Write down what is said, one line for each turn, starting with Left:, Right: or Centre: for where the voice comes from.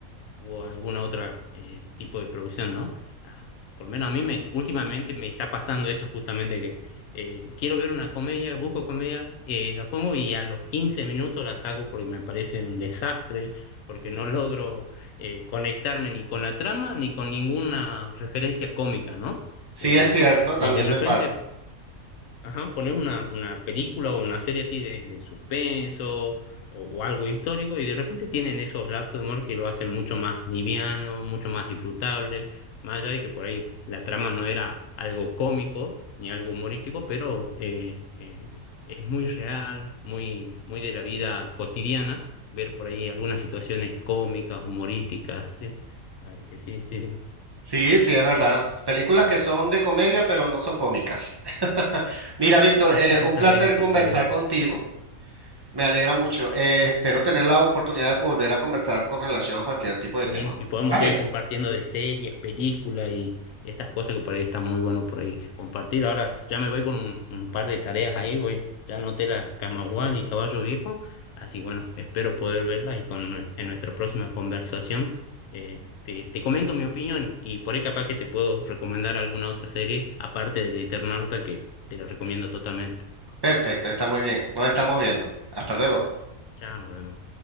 Left: o alguna otra eh, tipo de producción, ¿no? Ah, por lo menos a mí me, últimamente me está pasando eso justamente que eh, quiero ver una comedia, busco comedia, eh, la pongo y a los 15 minutos la saco porque me parece un desastre, porque no <laughs> logro eh, conectarme ni con la trama ni con ninguna referencia cómica, ¿no?
Right: Sí,
Left: Eh,
Right: es cierto, también
Left: y de repente
Right: me pasa.
Left: Ajá, pones una, una película o una serie así de, de suspenso o, o algo histórico y de repente tienen esos lapsos de humor que lo hacen mucho más liviano, mucho más disfrutable, más allá de que por ahí la trama no era algo cómico ni algo humorístico, pero eh, eh, es muy real, muy, muy de la vida cotidiana ver por ahí algunas situaciones cómicas, humorísticas, ¿sí? Así que sí, sí,
Right: Sí, sí, es verdad. Películas que son de comedia, pero no son cómicas. <laughs> Mira, Víctor,
Left: exactamente,
Right: eh, un placer conversar
Left: sí.
Right: contigo, me alegra mucho. eh, espero tener la oportunidad de volver a conversar con relación a cualquier tipo
Left: También,
Right: de tema.
Left: y podemos
Right: Vale,
Left: seguir compartiendo de series, películas y estas cosas que por ahí están muy bueno por ahí compartir. Ahora ya me voy con un, un par de tareas ahí, voy, ya anoté la Camagual y Caballo Viejo, así bueno, espero poder verla y con, en nuestra próxima conversación eh, te, te comento mi opinión y por ahí capaz que te puedo recomendar alguna otra serie aparte del Eternauta que te lo recomiendo totalmente.
Right: perfecto, está muy bien, nos estamos viendo. Hasta luego.
Left: Chao, nos vemos.